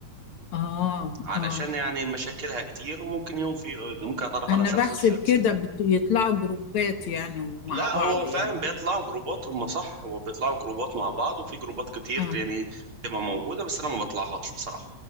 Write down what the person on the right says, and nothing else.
علشان
يعني مشاكلها كتير وممكن يوم في ممكن أتعرف
على شخص
الشخص
لا
هو فعلا
بيطلعوا جروبات هم صح هو بيطلعوا جروبات مع بعض وفي جروبات كتير
يعني بتبقى موجودة بس أنا ما بطلعهاش بصراحة